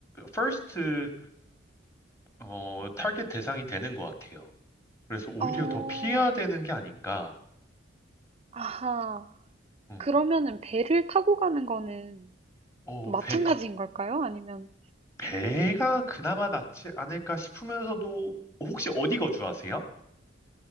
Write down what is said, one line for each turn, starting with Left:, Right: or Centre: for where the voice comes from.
Left: 퍼스트, 어, 타겟 대상이 되는 것 같아요. 그래서 오히려
Right: 어.
Left: 더 피해야 되는 게 아닌가.
Right: 아하.
Left: 음.
Right: 그러면은 배를 타고 가는 거는
Left: 어,
Right: 또 마찬가지인
Left: 배,
Right: 걸까요? 아니면
Left: 배가 그나마 낫지 않을까 싶으면서도 혹시 어디 거주하세요?